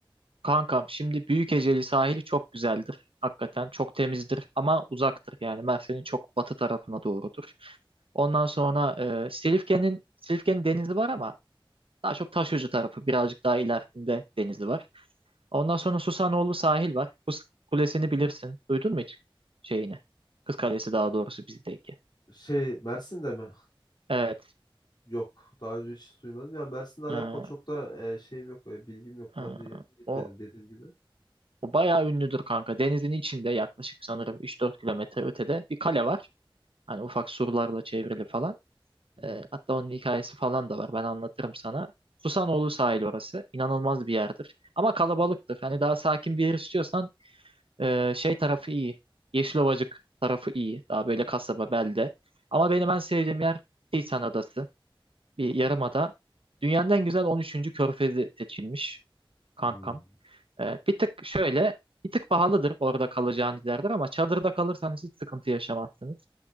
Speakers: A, on the right; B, on the left.
A: Kankam şimdi Büyükeceli sahili çok güzeldir. Hakikaten çok temizdir ama uzaktır. Yani Mersin'in çok batı tarafına doğrudur. Ondan sonra e, Silifke'nin Silifke'nin denizi var ama daha çok Taşucu tarafı birazcık daha ilerisinde denizi var. Ondan sonra Susanoğlu sahil var. Kız Kulesi'ni bilirsin. Duydun mu hiç şeyini? Kız Kalesi daha doğrusu bizdeki.
B: Şey Mersin'de mi?
A: Evet.
B: Yok. Daha önce hiç duymadım. Ya Mersin'le alakalı
A: e,
B: çok da e, şeyim yok. e, bilgim yok.
A: e,
B: Daha önce gitmedim
A: o,
B: dediğim gibi. Hı
A: o bayağı ünlüdür kanka. Denizin içinde yaklaşık sanırım 3-4 kilometre ötede bir kale var. Hani ufak surlarla çevrili falan.
B: hı.
A: E, hatta onun hikayesi falan da var. Ben anlatırım sana. Susanoğlu sahil orası. İnanılmaz bir yerdir. Ama kalabalıktır. Hani daha sakin bir yer istiyorsan e, şey tarafı iyi. Yeşilovacık tarafı iyi. Daha böyle
B: Anladım.
A: kasaba, belde. Ama benim en sevdiğim yer Tisan Adası. Bir yarımada. Dünyanın en güzel on üçüncü körfezi seçilmiş kankam.
B: Hmm,
A: E, bir tık şöyle, bir tık pahalıdır orada kalacağın yerler ama çadırda kalırsanız hiç sıkıntı yaşamazsınız.